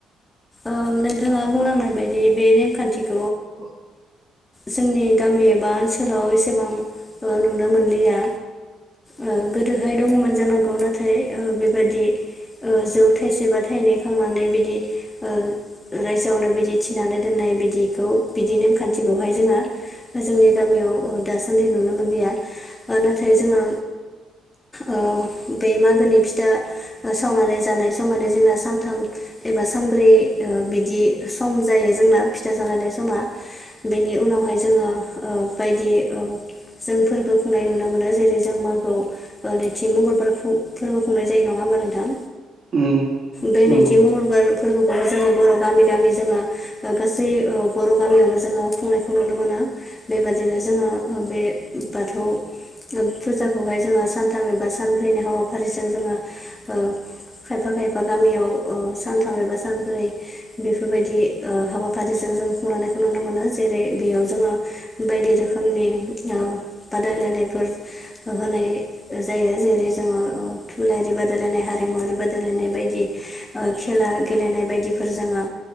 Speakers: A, on the left; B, on the right.
A: ओ नोंथाङा बुंलांनाय बायदि बे नेमखान्थिख
B: ख'
A: जोंनि गामि एबा ओनसोलाव एसेबां नुनो मोनलिया। ओ गोदोहाय दङमोन जानांगौ नाथाय ओ बेबायदि ओ जौ थाइसे बा थाइनै खांनानै बिदि ओ रायजोआवनो बिदि थिनानै दोननाय बिदिखौ बिदिने नेमखान्थिखौहाय जोङो जोंनि गामियाव दासान्दि नुनो मोनलिया ओ नाथाय जोङा ओ बे मागोनि फिथा सावनानै जानाय समानो जोंना सानथाम एबा सानब्रै ओ बिदि सम जायो जोंना फिथा जालायनाय समा बेनि उनावहाय जोङो ओ बायदि ओ जों फोरबो खुंनाय नुनो मोनो जेरै जों मागोआव नैथि मंगलबार फोरबो खुंनाय जायो नङा होमबा नोंथां।
B: उम
A: बे नैथि
B: नंगौ
A: मंगलबार फोरबोख खौबो जोङो बर' गामि गामि जोङो ओ गासै ओ बर' गामियावनो जोङो खुंनायखौ नुनो मोनो। बेबादिनो जोङो ओ बे बाथौ फुजाखौहाय जोङो सानथाम एबा सानब्रैनि हाबाफारिजों जोङो ओ खायफा खायफ बा गामियाव ओ सानथाम एबा सानब्रै बेफोरबायदि ओ हाबाफारिजों जों खुंलांनायखौ नुनो मोनो जेरै बेयाव जोङो बायदि रोखोमनि ओ बादायलायनायफोर होनाय जायो। जेरै जोङो ओ थुनलाायारि बादायलायनाय, हारिमुवारि बादायलायनाय, बायद दि ओ खेला गेलेनाय बायदिफोर जोङो